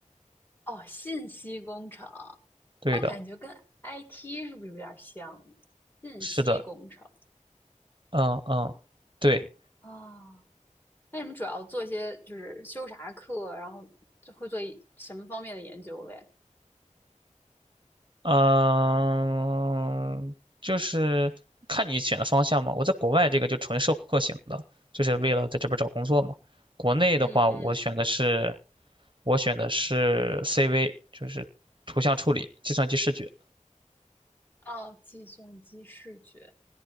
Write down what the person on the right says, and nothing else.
对的，
是的，嗯嗯，对，
嗯，就是看你选的方向嘛。我在国外这个就纯授课型的，就是为了在这边找工作嘛。国内的话，
我选的是我选的是 CV，就是图像处理、计算机视觉。